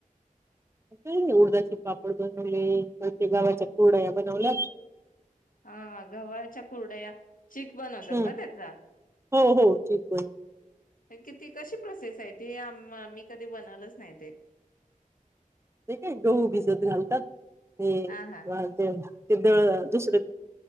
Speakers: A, on the right; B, on the left.
A: काही नाही उडदाचे पापड बनवले काही ते गावाच्या कुरड्या बनवल्यात.
B: हा गव्हाच्या कुरडया. चीक बनवतात
A: हम्
B: ना त्याचा
A: हो हो चीक बनव-
B: कितीी कशी प्रोसेस आहे ती आम मी कधी बनवलच नाही ते.
A: ते काय गहू भिजत घालतात. ते
B: हा हा
A: वाजेल. ते दळण दुसरं